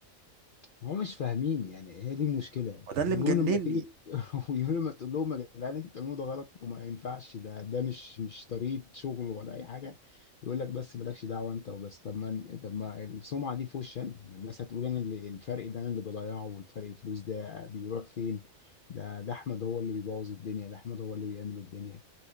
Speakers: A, on the left; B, on the right.
A: هم مش فاهمين يعني هي دي المشكله
B: وده اللي
A: ويقول
B: مجنني
A: لما تيجي <laughs> ويقول لما تقول لهم يا جدعان انتوا بتعملوه ده غلط وما ينفعش ده ده مش مش طريقه شغل ولا اي حاجه يقول لك بس مالكش دعوه انت وبس طب ما طب ما السمعه دي في وشي انا ما الناس هتقول انا اللي الفرق ده انا اللي بضيعه والفرق الفلوس ده بيروح فين ده ده احمد هو اللي بيبوظ الدنيا ده احمد هو اللي بيعمل الدنيا